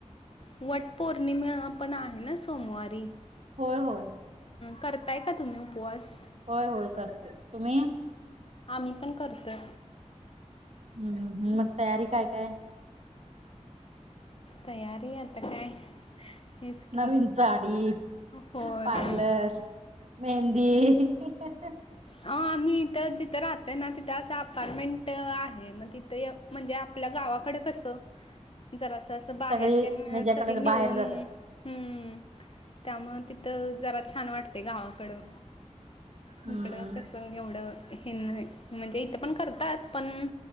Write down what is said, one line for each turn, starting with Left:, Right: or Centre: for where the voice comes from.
Left: वट पौर्णिमा पण आहे ना सोमवारी
Right: होय -होय
Left: करताय का तुम्ही उपवास?
Right: होय -होय करतेय तुम्ही?
Left: आम्ही पण करतोय
Right: हम् मग तयारी काय -काय
Left: तयारी आता काय हेच की.
Right: नवीन जाडी
Left: होय
Right: पार्लर मेहंदी <inaudible>
Left: अ आम्ही इथ जिथं राहतोय ना तिथे असं अपार्टमेंट आहे मग तिथे म्हणजे आपल्या गा गावाकडे कस जरास अस बाहेर
Right: सगळी
Left: तिन
Right: ह्याच्याकडे
Left: सगळे
Right: बाहेर
Left: मिळून
Right: जातात
Left: हम्म त्यामुळ तिथं जरा छान वाटतेय गावाकडं
Right: हम्म
Left: इकडं कस एवढं हे नाही म्हणजे इथ पण करतात पण